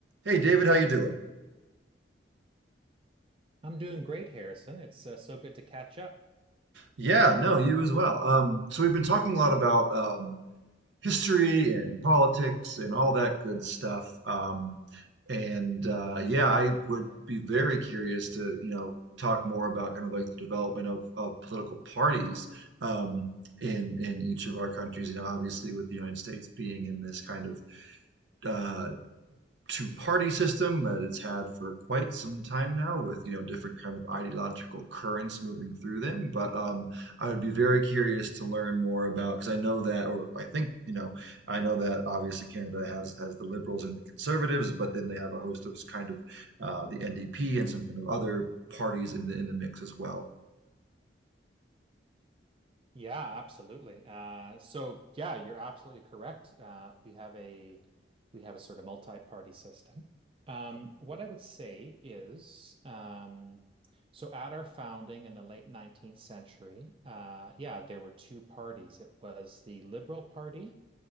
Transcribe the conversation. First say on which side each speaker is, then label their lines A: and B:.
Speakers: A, on the right; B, on the right.
A: Hey David, how you doing?
B: I'm doing great, Harrison. It's uh, so good to catch up.
A: Yeah, no, you as well. Um, so we've been talking a lot about um, history and politics and all that good stuff. Um, and uh, yeah, I would
B: Yeah.
A: be very curious to, you know, talk more about kind of like the development of, of political parties um, in in each of our countries. You know, obviously with the United States being in this kind of uh, two party system that it's had for quite some time now with you know different kind of ideological currents moving through them but um, i would be very curious to learn more about because i know that or i think you know i know that obviously canada has has the liberals and the conservatives but then they have a host of kind of uh, the ndp and some kind of other parties in the in the mix as well
B: Yeah, absolutely. Uh, so yeah, you're absolutely correct. Uh, we have a we have a sort of multi-party system. Um, what I would say is, um, so at our founding in the late 19th century, uh, yeah, there were two parties. It was the Liberal Party